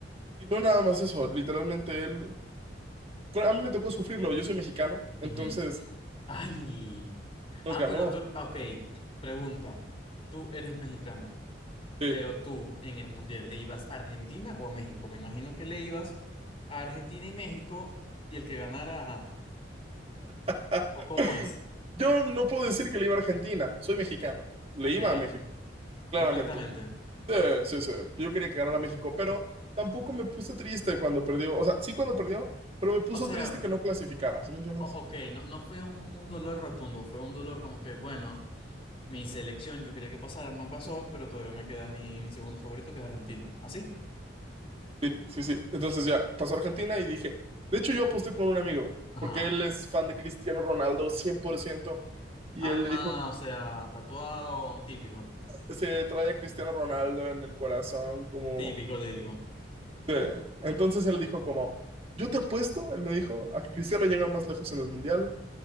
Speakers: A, on the right; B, on the left.
A: Y no nada más eso, literalmente él... Bueno, a mí me tocó sufrirlo, yo soy mexicano, entonces
B: Ujú. Ay.
A: nos
B: Ah,
A: ganó.
B: pero tú, ok, pregunta. Tú eres mexicano.
A: Sí.
B: Pero
A: <laughs>
B: tú en el Mundial, ¿le ibas a Argentina o a México? Me imagino que le ibas a Argentina y México y el que ganara, ajá.
A: Ah,
B: ¿O cómo es?
A: yo no puedo decir que le iba a Argentina, soy mexicano, le
B: Ok,
A: iba a México, claramente.
B: completamente.
A: Sí, sí, sí, yo quería que ganara México, pero tampoco me puse triste cuando perdió, o sea, sí cuando perdió, pero me puso
B: O sea,
A: triste que no clasificara, ¿sí me entiendes?
B: o- ok, no, no fue un, un dolor rotundo, fue un dolor como que, bueno, mi selección yo quería que pasara, no pasó, pero todavía me queda mi, mi segundo favorito que es Argentina. ¿Así?
A: Sí, sí, sí. Entonces ya pasó a Argentina y dije, de hecho yo aposté con un amigo,
B: Ajá.
A: porque él es fan de Cristiano Ronaldo 100% y
B: Alma,
A: él le dijo,
B: o sea, tatuado, típico.
A: se trae a Cristiano Ronaldo en el corazón, como...
B: Típico, típico.
A: De... Entonces él dijo como, yo te apuesto, él me dijo, a que Cristiano llega más lejos en el Mundial